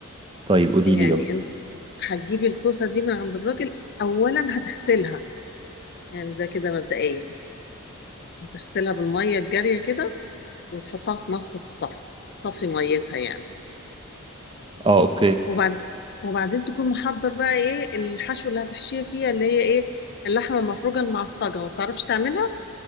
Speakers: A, on the right (about 25°); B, on the left (about 50°).
A: طيب قولي
B: يعني
A: لي يلا
B: انت هتجيبي الكوسة دي من عند الراجل اولا هتغسلها يعني ده كده مبدئيا هتغسلها بالمية الجارية كده وتحطها في مصفى الصف صفي ميتها يعني
A: اه اوكي
B: وبعد وبعدين تكون محضر بقى ايه الحشو اللي هتحشيها فيها اللي هي ايه اللحمة المفرومة المعصجة وما بتعرفش تعملها